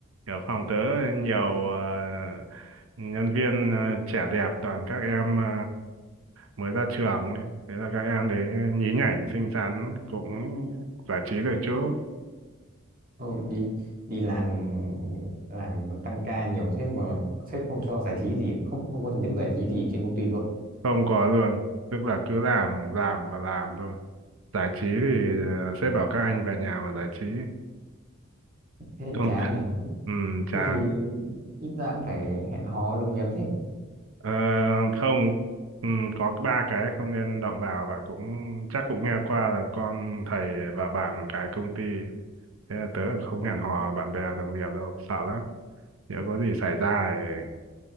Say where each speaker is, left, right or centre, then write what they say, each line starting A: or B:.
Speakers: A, on the right; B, on the right.
A: kiểu phòng tớ nhiều ờ, nhân viên ờ, trẻ đẹp toàn các em ờ, mới ra trường ấy. thế là các em đấy nhí nhảnh xinh xắn cũng giải trí được chút
B: Thôi đi đi làm làm tăng ca nhiều thế mà sếp không cho giải trí gì không không có hình thức giải trí gì trên công ty luôn
A: không có luôn tức là cứ làm làm và làm thôi giải trí thì
B: Ừ.
A: ờ, sếp bảo các anh về nhà mà giải trí
B: thế thì
A: không
B: chán nhỉ
A: ừ, chán
B: thế thì ít ra cũng phải hẹn hò đồng nghiệp chứ
A: Ờ, không ừ, có ba cái không nên động vào bạn cũng chắc cũng nghe qua là con thầy và bạn cái công ty thế là tớ không hẹn hò bạn bè đồng nghiệp đâu sợ lắm nếu có gì xảy ra thì...